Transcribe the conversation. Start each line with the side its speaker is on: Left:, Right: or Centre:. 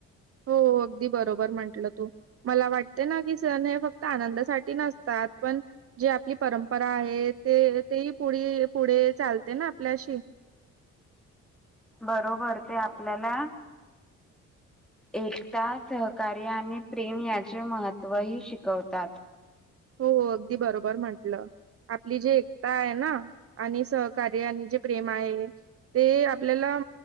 Right: हो अगदी बरोबर म्हटलं तू. मला वाटते ना की सण हे फक्त आनंदासाठी नसतात पण. जी आपली परंपरा आहे ते तेही पुढ पुढे चालते ना आपल्याशी.
Centre: बरोबर ते आपल्याला. एकता सहकार्य आणि प्रेम याचे महत्त्व ही शिकवतात.
Right: हो अगदी बरोबर म्हटलं. आपली जी एकता आहे ना आणि सहकार्य आणि जे प्रेम आहे. ते आपल्याला